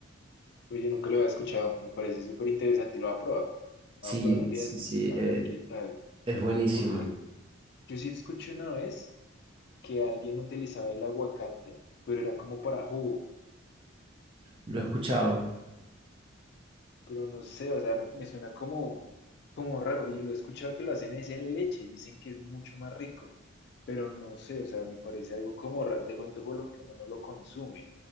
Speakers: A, on the left (about 55°); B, on the right (about 25°).
A: Oye, nunca lo había escuchado. Me parece súper interesante. Lo voy a probar. Lo
B: Sí,
A: voy a probar un día
B: sí,
A: de estos
B: sí,
A: y a
B: eh,
A: ver qué tal.
B: es buenísimo.
A: Porque yo sí escuché una vez que alguien utilizaba el aguacate, pero era como para jugo.
B: Lo he escuchado.
A: pero no sé, o sea, me, me suena como, como raro y lo he escuchado que lo hacen es en leche, dicen que es mucho más rico, pero no sé, o sea, me parece algo como raro, de pronto por lo que uno no lo consume,